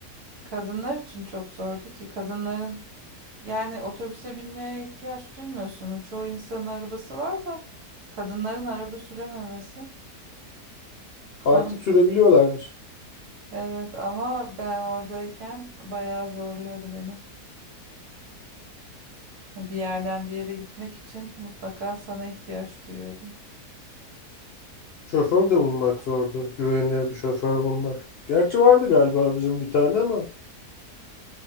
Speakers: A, on the right; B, on the left.
A: Kadınlar için çok zordu ki kadınların Yani otobüse binmeye ihtiyaç duymuyorsun. Çoğu insanın arabası var da kadınların araba sürememesi. <laughs>
B: Artık sürebiliyorlarmış.
A: Evet ama ben oradayken bayağı zorluyordu beni. Bir yerden bir yere gitmek için mutlaka sana ihtiyaç duyuyordum.
B: Şoför de bulmak zordu. Güvenilir bir şoför bulmak. Gerçi vardı galiba bizim bir tane ama